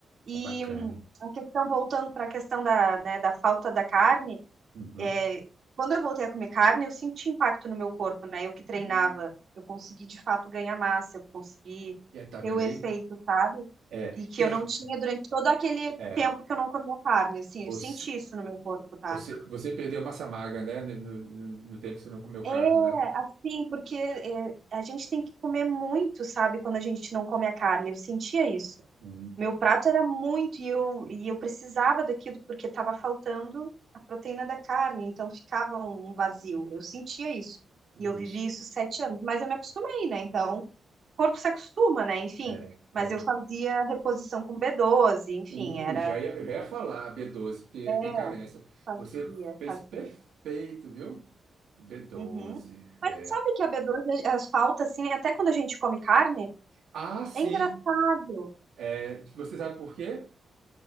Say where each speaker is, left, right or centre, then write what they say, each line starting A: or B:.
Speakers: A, on the right; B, on the right.
A: E
B: tá bacana.
A: hum, a questão, voltando para a questão da, né, da falta da carne
B: Uhum.
A: é, quando eu voltei a comer carne, eu senti impacto no meu corpo, né? Eu que treinava,
B: Hum.
A: eu consegui de fato ganhar massa, eu consegui
B: É, tá vendo
A: ter o efeito,
B: aí?
A: sabe?
B: É,
A: E que
B: quer,
A: eu não tinha durante todo aquele
B: é,
A: tempo que eu não comia carne, assim,
B: você,
A: eu senti isso no meu corpo, tá?
B: você, você perdeu massa magra, né? No, no- no tempo que você não comeu carne,
A: É,
B: né?
A: assim, porque é, a gente tem que comer muito, sabe? Quando a gente não come a carne, eu sentia isso.
B: Hum.
A: Meu prato era muito e eu, e eu precisava daquilo porque estava faltando a proteína da carne, então ficava um um vazio. Eu sentia isso.
B: Isso.
A: E eu vivi isso sete anos, mas eu me acostumei, né? Então, o corpo se acostuma, né? Enfim,
B: É, é.
A: mas eu fazia reposição com b doze enfim,
B: Uh,
A: era.
B: já ia, eu já ia falar b doze, porque
A: É,
B: tem carência.
A: fazia,
B: Você fez
A: fazia.
B: perfeito, viu? b doze.
A: Uhum. Mas
B: É.
A: sabe que a b doze as falta, assim, até quando a gente come carne?
B: Ah, sim.
A: É engraçado.
B: É, você sabe por quê?